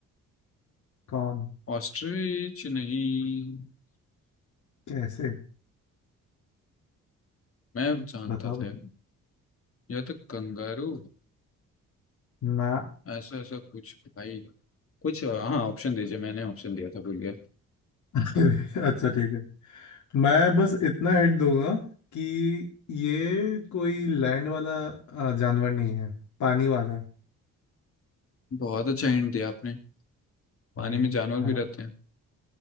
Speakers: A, on the left; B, on the left.
A: कौन
B: ऑस्ट्रिच नहीं
A: कैसे
B: मैं जानता
A: बताओ
B: था
A: बताओ
B: यार। या तो कंगारू
A: ना।
B: ऐसा ऐसा कुछ भाई कुछ हाँ ऑप्शन दीजिए मैंने ऑप्शन दिया था भूल गया
A: <laughs> अरे, अच्छा ठीक है मैं बस इतना हिंट दूंगा कि ये कोई लैंड वाला आ, जानवर नहीं है पानी वाला है
B: बहुत अच्छा हिंट दिया आपने पानी
A: हाँ,
B: में जानवर
A: है
B: भी
A: ना
B: रहते हैं